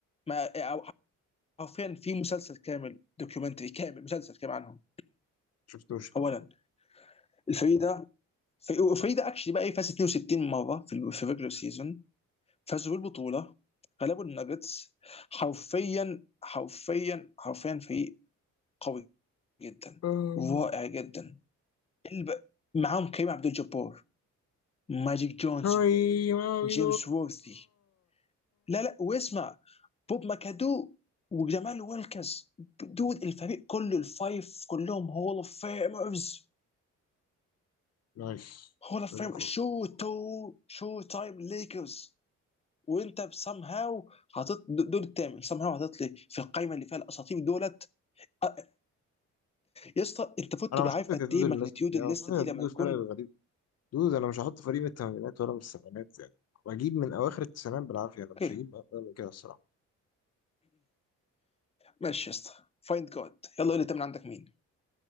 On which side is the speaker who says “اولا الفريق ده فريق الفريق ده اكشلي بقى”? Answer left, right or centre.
Left